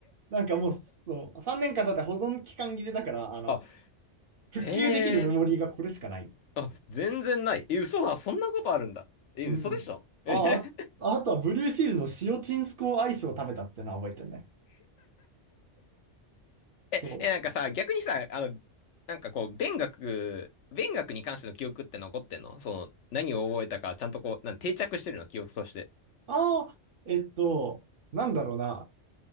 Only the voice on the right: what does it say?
なんかもう、そう、3年間経ったら保存期間切れだから、
あの、
復旧できるメモリーがこれしかない。
うん。
ああ、
あとはブルーシールの塩チンスコーアイスを食べたってのは覚えてるね。
そう。
ああ、えっと、なんだろうな。